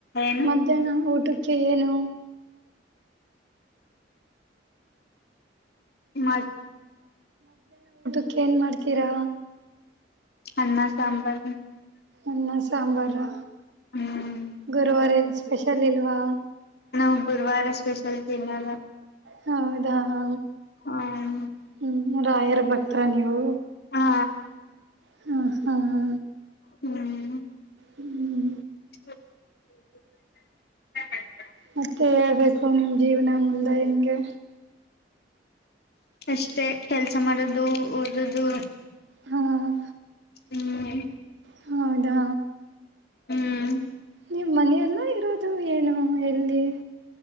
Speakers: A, on the left (about 60°); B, on the right (about 80°).
A: ಏನು
B: ಮಧ್ಯಾಹ್ನ ಊಟಕ್ಕೆ ಏನು
A: ಮ
B: ಅ ಏನ್ ಮಾಡ್ತೀರಾ
A: ಅನ್ನ ಸಾಂಬಾರ್
B: ಅ್ಣ ಸಾಂಬಾರಾ
A: ಹ್ಮ್
B: ಗುರುವವಾರ ಸ್ಪೆಷಲ್ ಇಲ್ವಾ
A: ನಾವು ಗುರುವಾರ ಸ್ಪೆಷಲ್ ತಿನ್ನಲ್ಲ
B: ಹೌದಾ ಹ
A: ಹ್ಮ್
B: ಹ್ಮ್ ನೂರ ಆಯರ್ ಬತರಾ ನೀವು
A: ಹಾ
B: ಹ್ಮ ಹ್ಮ ಹ
A: ಹ್ಮ್
B: ಹ್ಮ್
A: ಹ
B: ಮತ್ತೆ ಹೇಳ್ಬೇಕು ನಿಮ್ ಜೀವನ ಮುಂದ ಹ
A: ಅಷ್ಟೆ ಕೆಲ್ಸ ಮಾಡದು ಓದದು
B: ಹ್ಮ
A: ಹ್ಮ್
B: ಹ್ಮ ಯಾ
A: ಹ್ಮ್
B: ನಿಮ್ಮ್ ಮನೆಯೆಲ್ಲ ಇರದು ಅದು ಏನು ಎಲ್ಲಿ